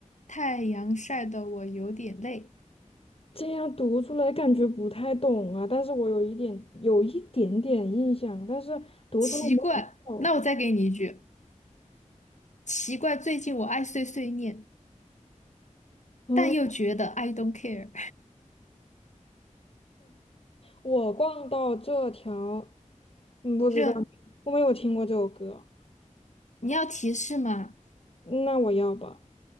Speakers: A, on the left; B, on the left.
A: 太阳晒得我有点累。
B: 这样读出来感觉不太懂啊，但是我有一点有一点点印象，但是读出来没有哦。
A: 奇怪，那我再给你一句，奇怪，最近我爱碎碎念，
B: 嗯，
A: 但又觉得 I don't care。
B: 我逛到这条，嗯，不知道，
A: 这
B: 我没有听过这首歌，
A: 你要提示吗？
B: 那我要吧。